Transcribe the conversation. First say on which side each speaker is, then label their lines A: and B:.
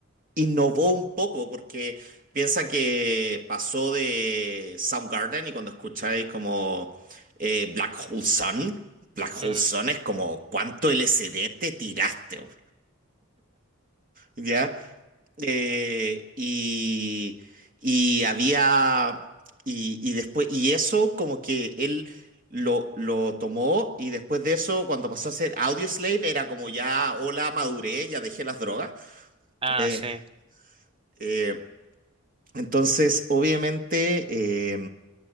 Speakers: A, on the right (about 40°); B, on the right (about 25°).
A: innovó un poco porque piensa que pasó de Soundgarden y cuando escucháis como eh, Black Hole Sun, Black Hole
B: Mm.
A: Sun es como cuánto LSD te tiraste, bo? ¿ya? Eh, y, y había, y, y después, y eso como que él lo, lo tomó y después de eso, cuando pasó a ser Audioslave, era como ya, hola, maduré, ya dejé las drogas.
B: Ah,
A: Eh,
B: sí.
A: eh, Entonces, obviamente, eh,